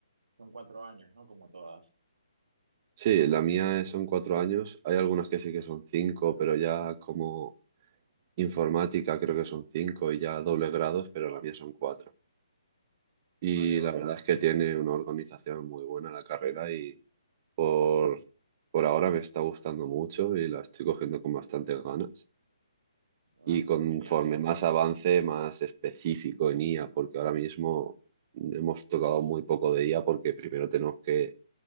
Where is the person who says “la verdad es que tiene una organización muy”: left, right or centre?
Right